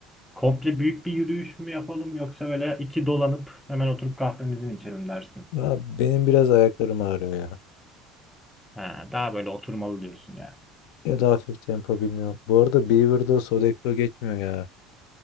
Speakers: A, in the centre; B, on the left.
A: komple büyük bir yürüyüş mü yapalım yoksa öyle iki dolanıp hemen oturup kahvemizi mi içelim dersin?
B: Ya benim biraz ayaklarım ağrıyor ya.
A: Ha, daha böyle oturmalı diyorsun
B: Ya da hafif tempo bilmiyorum. Bu arada Beaver'da Sodexo geçmiyor ya.